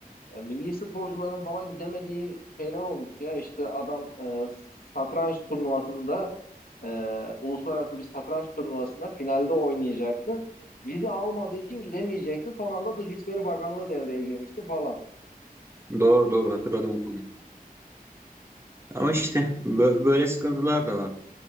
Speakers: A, on the left (about 70°); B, on the right (about 15°).
A: e, milli sporcuların falan gidemediği şeyler olmuş ya. İşte adam e, satranç turnuvasında e, uluslararası bir satranç turnuvasında finalde oynayacaktı. Vize almadığı için gidemeyecekti. Son anda Dışişleri Bakanlığı devreye girmişti falan.
B: Doğru doğru hatırladım o konuyu. Ama işte bö- böyle sıkıntılar da var.